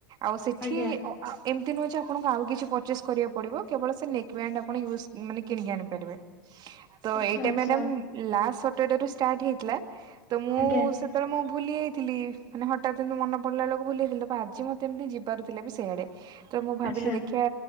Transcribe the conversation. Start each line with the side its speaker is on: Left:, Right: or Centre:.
Right: ଆଉ ସେଠି
Left: ଆଜ୍ଞା
Right: ଅ ଆ ଏମତି ନୁହେଁ ଯେ ଆପଣଙ୍କୁ ଆଉ କିଛି ପର୍ଚେସ୍ କରିବାକୁ ପଡ଼ିବ କେବଳ ସେ ନେକ୍ ବ୍ୟାଣ୍ଡ ଆପଣ ୟୁଜ୍ ମାନେ କିଣିକି ଆଣିପାରିବେ। ତ
Left: ଆଚ୍ଛା
Right: ଏଇଟା
Left: ଆଚ୍ଛା
Right: ମ୍ୟାଡାମ୍ ଲାଷ୍ଟ ସଟରଡେରୁ ଷ୍ଟାଟ୍ ହେଇଥିଲା ତ ମୁଁ
Left: ଆଜ୍ଞା
Right: ଉ ଉ ସେ ତେଳେ ମୁଁ ଭୁଲି ଯାଇଥିଲି ମାନେ ହଠାତ୍ ଏମତି ମନେ ପଡ଼ିଲା ବେଳକୁ ଭୁଲି ଯାଇଥିଲି ତ ପା ଆଜି ମତେ ଏମତି ଯିବାର ଥିଲା ବି ସେଆଡେ। ତ ମୁଁ ଭାବିଲି
Left: ଆଚ୍ଛା
Right: ଦେଖିଆ